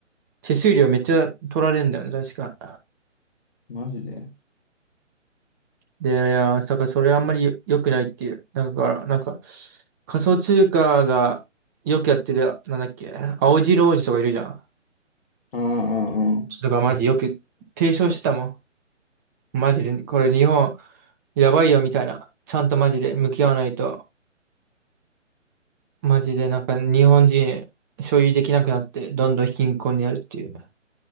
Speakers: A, on the right; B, on the left.
A: 手数料めっちゃ取られるんだよね、確か。
B: マジで。
A: で、いや、だからそれあんまりよ良くないっていう。なんか、なんか、仮想通貨がよくやってる、なんだっけ、青白王子とかいるじゃん。
B: ああ、ああ、あ
A: ちょっとマジよく提唱してたもん。マジで、これ日本、やばいよみたいな。ちゃんとマジで向き合わないと、マジでなんか日本人所有できなくなって、どんどん貧困になるっていう。